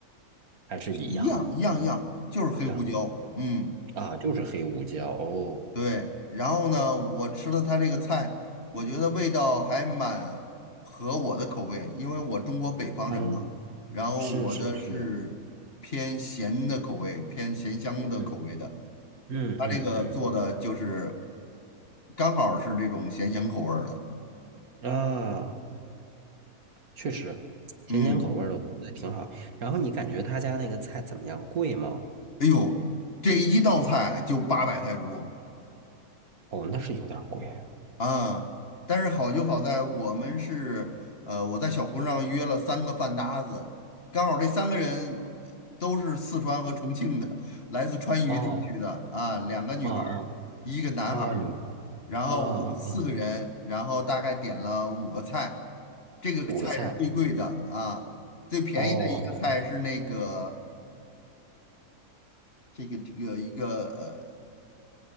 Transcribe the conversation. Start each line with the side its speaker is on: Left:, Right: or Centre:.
Right: 还是一样？
Left: 一样一样一样，就是黑胡椒。
Right: 一样
Left: 嗯，
Right: 啊，就是黑胡椒哦。
Left: 对。然后呢，我吃了它这个菜，我觉得味道还蛮合我的口味，因为我中国北方人嘛，
Right: 啊，
Left: 然后我的是偏咸的口味，
Right: 是是是，
Left: 偏咸香的口味的。
Right: 嗯嗯嗯
Left: 他这个做的就是刚好是这种咸咸口味儿的。
Right: 嗯，啊。确实，咸咸口味儿的我觉得挺好。
Left: 嗯，
Right: 然后你感觉他家那个菜怎么样？贵吗？
Left: 哎呦，这一道菜就八百泰铢
Right: 哦，那是有点儿贵啊。
Left: 啊！但是好就好在我们是呃，我在小红书上约了三个饭搭子，刚好这三个人都是四川和重庆的，来自川渝地区的啊，
Right: 哦，
Left: 两个女孩儿一个男孩。
Right: 哦哦啊，女孩
Left: 然后我们四个人，
Right: 啊啊，
Left: 然后大概点了五个菜，这个菜是最贵的啊，
Right: 五个菜。
Left: 最便宜的一个菜是那个
Right: 哦哦
Left: 这个这个一个呃